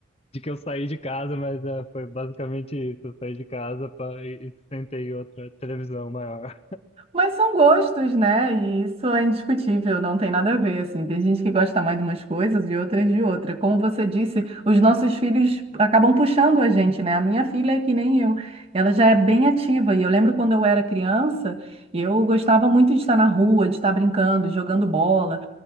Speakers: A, on the left (about 30°); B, on the right (about 30°).
A: de que eu saí de casa, mas é, foi basicamente isso. Eu saí de casa pra, e, e sentei em outra televisão maior.
B: Mas são gostos, né? E isso é indiscutível, não tem nada a ver, assim. Tem gente que gosta mais de umas coisas e outras de outra. Como você disse, os nossos filhos acabam puxando a gente, né? A minha filha é que nem eu. Ela já é bem ativa. E eu lembro quando eu era criança, eu gostava muito de estar na rua, de estar brincando, jogando bola.